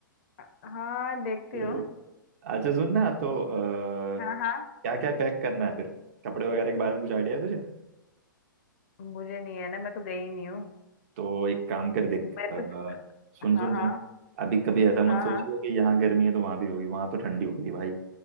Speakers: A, on the left; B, on the right.
A: हाँ देखती
B: तो
A: हूँ
B: अच्छा सुन ना तो
A: हाँ
B: क्या
A: हाँ
B: क्या पैक करना है फिर कपड़े वगैरह के बारे में कुछ आइडिया है तुझे
A: मुझे नहीं है ना मैं तो गई ही नहीं हूँ
B: तो एक काम कर देख
A: मैं
B: अ,
A: तो
B: सुन सुन
A: हाँ हाँ
B: सुन अभी कभी ऐसा मत
A: हाँ
B: सोचिए
A: हाँ
B: कि यहाँ गर्मी है तो वहां भी होगी वहां तो ठंडी होगी भाई